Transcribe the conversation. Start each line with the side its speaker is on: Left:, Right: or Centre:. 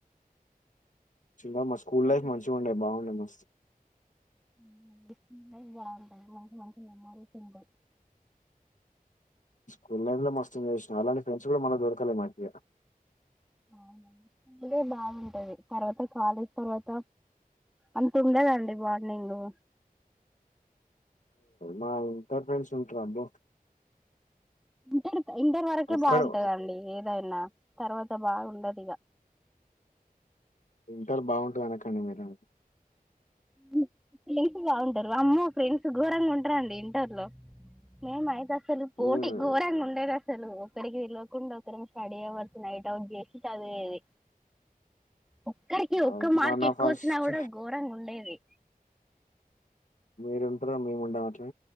Left: చిన్న మా స్కూల్
Centre: మళ్ళీ
Left: లైఫ్ మంచిగా ఉండే బాగుండే మస్త్
Centre: అవునండి స్కూల్ లైఫ్ బాగుంటాది మంచి మంచి మెమోరీస్ ఉంటాయ్
Left: స్కూల్ లైఫ్ లో మస్తు ఎంజాయ్ చేసిన అలాంటి ఫ్రెండ్స్ కూడా మళ్ళీ దొరకాల మాకి ఇగ
Centre: అవున స్కూల్ దే బాగుంటది తర్వాత కాలేజ్ తర్వాత అంత ఉండదండి బాండింగు
Left: మా ఇంటర్ ఫ్రెండ్స్ ఉంటారు అబ్బో
Centre: ఇంటర్ ఇంటర్ వరకే
Left: ఒక్కడు
Centre: బాగుంటదండి ఏదైనా తర్వాత బాగుండదు ఇగ
Left: ఇంటార్ బాగుంటుంది అనకండి మీరు
Centre: <unintelligible> బాగుంటారు అమ్మో ఫ్రెండ్స్ ఘోరంగా ఉంటారండి ఇంటర్ లో మేము అయితే అసలు పోటీ
Left: మీరు
Centre: ఘోరంగా ఉండేది అ అసలు ఒకరికి తెల్వకుండా ఒకరుము స్టడీ అవర్స్ నైట్ అవుట్ జెసి చదివేది ఒక్కరికి
Left: ఆహ్,
Centre: ఒక్క మార్క్
Left: మా నా
Centre: ఎక్కువ
Left: ఫస్ట్
Centre: వచ్చినా కూడా ఘోరంగా ఉండేది
Left: మీరు ఉంటార మేము ఉండం అట్లా